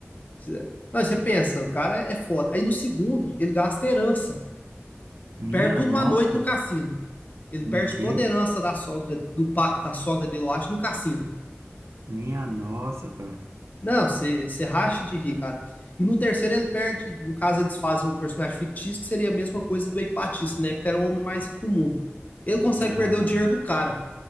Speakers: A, on the left (about 40°); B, on the right (about 80°).
A: Cê- Não, você pensa, o cara é foda. Aí no segundo, ele gasta herança.
B: Minha
A: Perde tudo
B: nossa,
A: uma noite no cassino. Ele perde
B: mentira.
A: toda a herança da sogra, do, pa- da sogra dele, eu acho, no cassino.
B: Minha nossa, cara.
A: Não, você você racha de rir, cara. E no terceiro ele perde, no caso eles fazem um personagem fictício que seria a mesma coisa do Eike né? Porque era o homem mais rico do mundo. Ele consegue
B: Ah,
A: perder o dinheiro do cara, pra